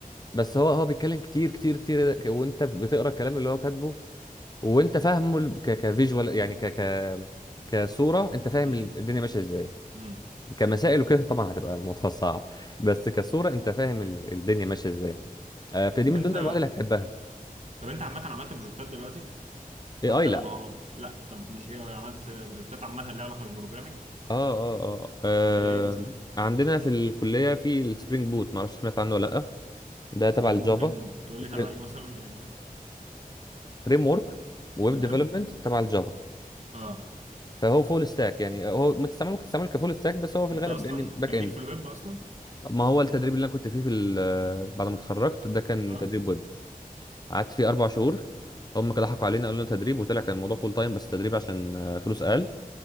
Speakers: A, on the left (about 25°); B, on the right (about 50°).
A: بس هو هو بيتكلم كتير كتير كتير وأنت بتقرأ الكلام اللي هو كاتبه وأنت فاهمه ال- ك كفيجوال يعني ك ك كصورة أنت فاهم
B: امم
A: الدنيا ماشية إزاي
B: امم
A: كمسائل وكده طبعا هتبقى الموضوع <laughs> صعب بس كصورة أنت فاهم ال- الدنيا ماشية إزاي آه، فدي
B: طب
A: من
B: انت
A: ضمن المواد اللي هتحبها
B: طب انت عامه عملت بروجكتات دلوقتي
A: اي
B: حتى
A: اي
B: لو هو لا طب مش ايه هو عملت بروجكتات عامه ليها علاقه بالبروجرامنج
A: اه اه اه آه،
B: زي ايه مثلا
A: عندنا في الكلية في السبرينج بوت معرفش سمعت عنه ولا لأ ده تبع
B: لا
A: الجافا
B: ممكن تقول لي
A: فريم
B: تبع ايه مثلا بيعمل ايه
A: فريم ورك ويب
B: تمام
A: ديفلوبمنت تبع الجافا
B: اه
A: فهو فول ستاك يعني هو ما تستعمله ممكن تستعمله كفول ستاك بس هو في
B: انت
A: الغالب
B: اصلا
A: يعني باك
B: كان
A: اند
B: ليك في الويب اصلا
A: ما هو التدريب اللي انا كنت فيه في ال- آه، بعد ما اتخرجت ده كان
B: اه
A: تدريب ويب قعدت فيه اربع شهور هم كده ضحكوا علينا قالوا لنا تدريب وطلع كان الموضوع فول تايم بس تدريب عشان آه، فلوس اقل